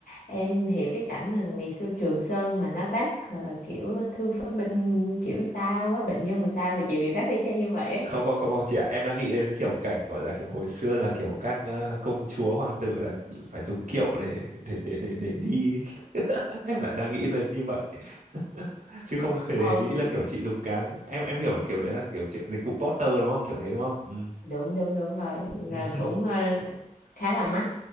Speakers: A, on the left; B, on the right.
A: Em hiểu cái cảnh mà ngày xưa Trường Sơn mà nó vác ờ, kiểu thương phế binh kiểu sao á, bệnh nhân sao thì chị bị vác y chang như vậy ấy.
B: không không không không chị ạ em đang nghĩ đến kiểu cảnh gọi là kiểu hồi xưa là kiểu các ờ, công chúa hoàng tử là phải dùng kiệu để để để để, để đi <laughs> em lại đang nghĩ lên như vậy <laughs> chứ không hề
A: Ờ,
B: nghĩ là kiểu chị dùng cáng em em hiểu là kiểu đấy là kiểu chị- dịch vụ Porter đúng không kiểu thế đúng không ừ
A: đúng đúng đúng rồi là
B: ừ
A: cũng
B: <laughs>
A: ờ, khá là mắc